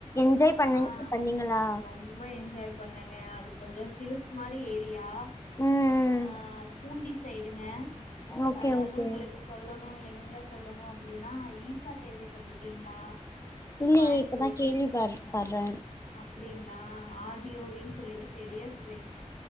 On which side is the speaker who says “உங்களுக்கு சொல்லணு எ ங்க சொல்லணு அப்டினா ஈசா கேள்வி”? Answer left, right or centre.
Left